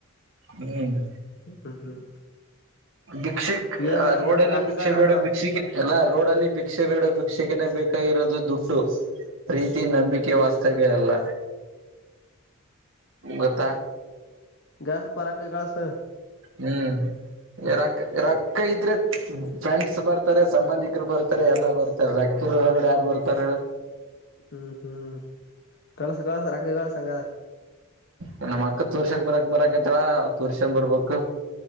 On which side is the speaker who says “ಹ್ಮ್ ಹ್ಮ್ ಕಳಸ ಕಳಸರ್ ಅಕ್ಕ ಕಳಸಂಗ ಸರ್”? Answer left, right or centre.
Left